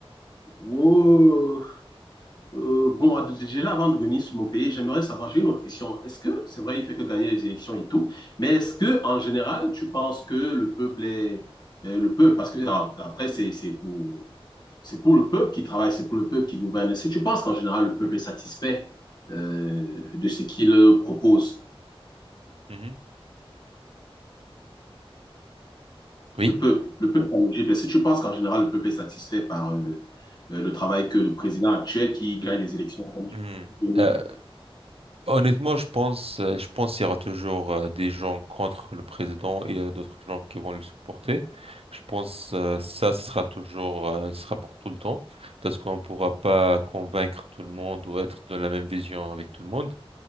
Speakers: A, on the left (about 45°); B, on the right (about 75°).
A: Oh. Euh, bon, déjà avant de venir sur mon pays, j'aimerais savoir, j'ai une autre question. Est-ce que, c'est vrai, il fait que gagner les élections et tout, mais est-ce que, en général, tu penses que le peuple est, euh, le peuple, parce que ah, après, c'est, c'est pour, c'est pour le peuple qui travaille, c'est pour le peuple qui gouverne. Est-ce que tu penses qu'en général, le peuple est satisfait, euh, de ce qu'il propose?
B: Mhm. Oui.
A: Le peuple, le peuple en Égypte, est-ce que tu penses qu'en général, le peuple est satisfait par, euh, euh, le travail que le président actuel qui gagne les élections en
B: Hmm.
A: 2012,
B: Euh, Honnêtement, je pense, euh, je pense qu'il y aura toujours euh, des gens contre le président et euh, d'autres gens qui vont le supporter. Je pense euh, ça, ce sera toujours, euh, ce sera pour tout le temps, parce qu'on ne pourra pas convaincre tout le monde ou être de la même vision avec tout le monde.